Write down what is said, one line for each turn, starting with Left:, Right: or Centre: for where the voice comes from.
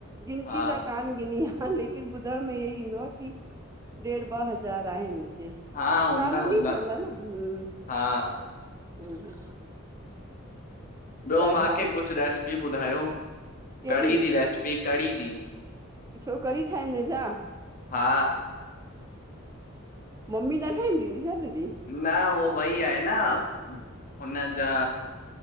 Right: गिनती
Left: हा
Right: जा कान गिनी आ लेकिन ॿुधण में इयो ही ईंदो आ कि ॾेढ ॿ हज़ार आहिन। ते
Left: हा हूंदा
Right: कालोनी
Left: हूंदा
Right: ठयल आ न हूं
Left: हा
Right: हूं
Left: ॿियो मांखे
Right: भाउ
Left: कुछ रेसिपी ॿुधायो
Right: कहिड़ी
Left: कढ़ी जी रेसिपी कढ़ी जी?
Right: छो कढ़ी ठाहिंदे छा?
Left: हा
Right: मम्मी न ठाहींदी हुई छा तुहिं जी?
Left: न हो वई आहे न हुनजा